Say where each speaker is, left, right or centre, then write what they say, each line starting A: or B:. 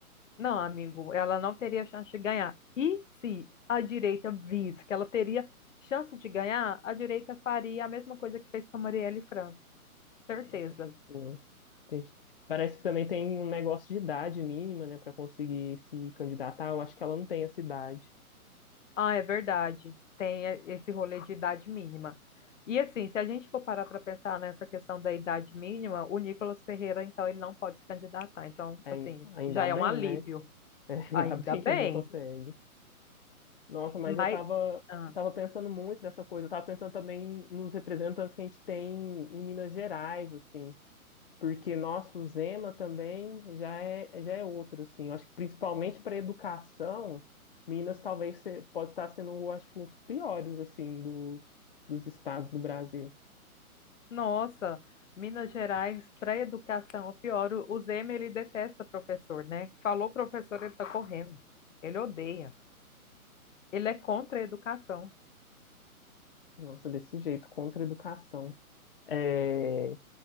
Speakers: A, on the left (about 55°); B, on the left (about 40°).
A: Não, amigo, ela não teria chance de ganhar. E se a direita visse que ela teria chance de ganhar, a direita faria a mesma coisa que fez com a Marielle Franco. Certeza.
B: Ai, é triste, né? Entendi. Parece que também tem um negócio de idade mínima, né, para conseguir se candidatar. Eu acho que ela não tem essa idade.
A: Ah, é verdade. Tem e- esse rolê de idade mínima. E assim, se a gente for parar para pensar nessa questão da idade mínima, o Nicolas Ferreira, então, ele não pode se candidatar. Então,
B: Ai-
A: assim,
B: Ainda
A: já é
B: bem,
A: um alívio.
B: né? <laughs> É,
A: Ainda
B: Ainda bem
A: bem.
B: que ele não consegue. Nossa, mas
A: Mas,
B: eu tava,
A: ah,
B: eu tava pensando muito nessa coisa. Eu tava pensando também nos representantes que a gente tem em Minas Gerais, assim. Porque nosso Zema também já é, já é outro, assim. Eu acho que principalmente para educação, Minas talvez se- pode estar sendo, eu acho, um dos piores, assim, dos, dos estados do Brasil.
A: nossa, Minas Gerais, para educação, o pior, o o Zema, ele detesta professor, né? Falou professor, ele tá correndo. Ele odeia. Ele é contra a educação.
B: Nossa, desse jeito, contra a educação. É,